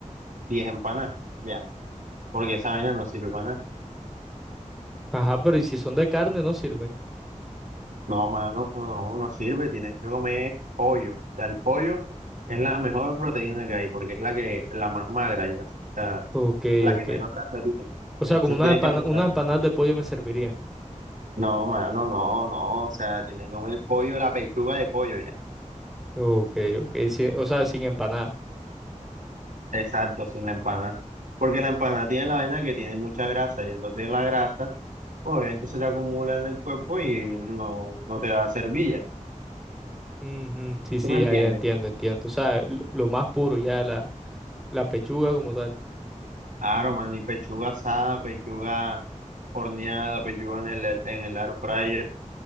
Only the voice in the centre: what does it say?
Ajá, pero ¿y si son de carne no sirven?
Ok,
ok.
O
sea, como unas
empana-
unas empanadas de pollo me servirían.
Ok, ok, sí, o sea, sin empanada.
Ujú, Sí,
sí,
ya, ya entiendo, entiendo. O sea, l- lo más puro, ya la, la pechuga como tal.